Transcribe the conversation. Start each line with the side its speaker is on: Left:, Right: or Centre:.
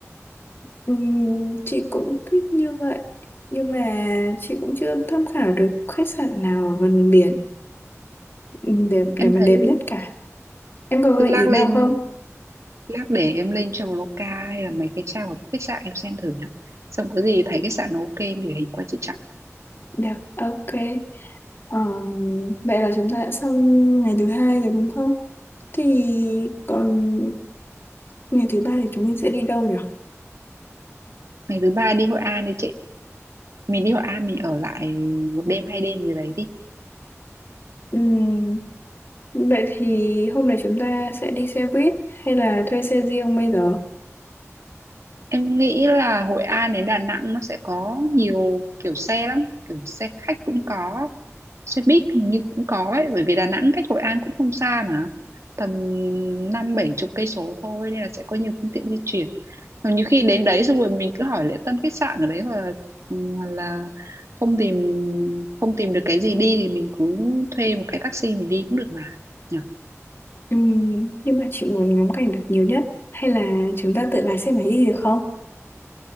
Left: Ừm, chị cũng thích như vậy nhưng mà chị cũng chưa tham khảo được khách sạn nào ở gần biển ừm, để để
Right: em
Left: mà
Right: thấy
Left: đẹp nhất cả em có gợi
Right: lác
Left: ý nào
Right: lên
Left: không
Right: lát để em lên Traveloka hay là mấy cái trang của book khách sạn em xem thử nhá xong có gì thấy khách sạn nó ok em gửi hình qua chị Trọng
Left: được ok Ờm, vậy là chúng ta đã xong ngày thứ hai rồi đúng không thì còn ngày thứ ba thì chúng mình sẽ đi đâu nhỉ
Right: ngày thứ ba đi Hội An đi chị mình đi Hội An mình ở lại một đêm hai đêm gì đấy đi
Left: Ừm, vậy thì hôm nay chúng ta sẽ đi xe buýt hay là thuê xe riêng bây giờ
Right: Em nghĩ là Hội An đến Đà Nẵng nó sẽ có nhiều kiểu xe lắm, kiểu xe khách cũng có, xe buýt hình như cũng có ấy, bởi vì Đà Nẵng cách Hội An cũng không xa mà, tầm năm bảy chục cây số thôi nên là sẽ có nhiều phương tiện di chuyển. Còn nhiều khi đến đấy xong rồi mình cứ hỏi lễ tân khách sạn ở đấy hoặc là, ừ, hoặc là không tìm không tìm được cái gì đi thì mình cứ thuê một cái taxi mình đi cũng được mà. Nhỉ?
Left: Ừm, nhưng mà chị muốn ngắm cảnh được nhiều nhất hay là chúng ta tự lái xe máy đi được không?